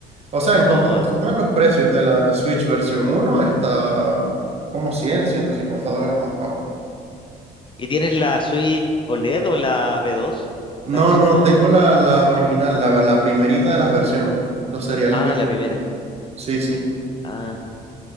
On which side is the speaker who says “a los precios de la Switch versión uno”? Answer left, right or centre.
Right